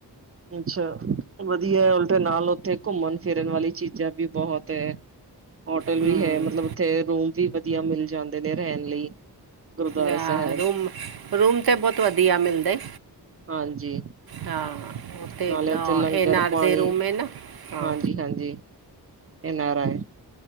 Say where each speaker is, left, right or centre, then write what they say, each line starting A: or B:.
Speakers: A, on the right; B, on the right.
A: ਅੱਛਾ, ਵਧੀਆ ਉਦੇਂ ਨਾਲ ਉੱਥੇ ਘੁੰਮਣ। ਫਿਰਨ ਵਾਲੀ ਚੀਜ਼ਾਂ ਵੀ ਬਹੁਤ ਐ, ਹੋਟਲ
B: ਹੂੰ
A: ਵੀ ਐ ਮਤਲਬ ਥੇ ਰੂਮ ਵੀ ਵਦੀਆਂ ਮਿਲ ਜਾਂਦੇ ਨੇ ਰਹਿਣ ਲਈ। ਗੁਰਦੁਆਰੇ
B: ਯਾਰ
A: ਸਾਹਿਬ
B: ਰੂਮ ਰੂਮ ਤਾਂ ਬਹੁਤ ਵਧੀਆਂ ਮਿਲਦੇ ਐ।
A: ਹਾਂਜੀ
B: ਹਾਂ। ਉੱਤੇ
A: ਨਾਲੇ
B: ਤਾਂ
A: ਉਥੇ ਲੰਗਰ
B: ਐਨ ਆਰ
A: ਪਾਣੀ
B: ਦੇ ਰੂਮ ਹੈ ਨਾ ਹਾਂ
A: ਹਾਂਜੀ -ਹਾਂਜੀ ਐਨ ਆਰ ਆਏ।